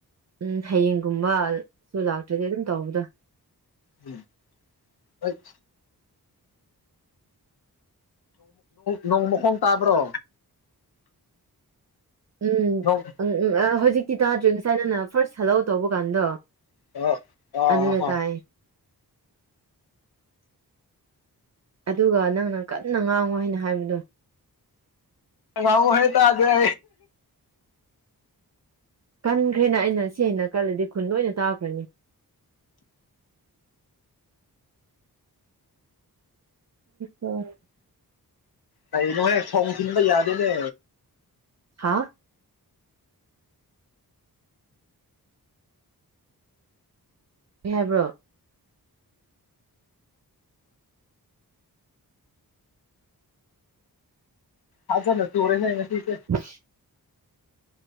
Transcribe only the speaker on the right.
ꯎꯝ ꯍꯌꯦꯡꯒꯨꯝꯕ ꯁꯨ ꯂꯥꯛꯇ꯭ꯔꯗꯤ ꯑꯗꯨꯝ ꯇꯧꯕꯗꯣ
ꯎꯝ
ꯑꯝ ꯎꯝ ꯑ ꯍꯧꯖꯤꯛꯇꯤ ꯇꯥꯗ꯭ꯔꯤ ꯉꯁꯥꯏ ꯅꯪꯅ ꯐꯥꯔꯁ ꯍꯜꯂꯣ ꯇꯧꯕ ꯀꯥꯟꯗꯣ꯫
ꯑꯗꯨꯗ
ꯇꯥꯏ ꯑꯗꯨꯒ ꯅꯪꯅ ꯀꯟꯅ ꯉꯥꯡꯉꯣ ꯍꯥꯏꯅ ꯍꯥꯏꯕꯗꯣ
ꯀꯟꯈ꯭ꯔꯦꯅ ꯑꯩꯅ ꯁꯤ ꯑꯩꯅ ꯀꯜꯂꯗꯤ ꯈꯨꯟ ꯂꯣꯏ ꯑꯣꯏꯅ ꯇꯥꯈ꯭ꯔꯅꯤ ꯍꯁꯨ
ꯍꯥꯥ ꯑꯦ ꯍꯥꯏꯕ꯭ꯔꯣ꯫
ꯍ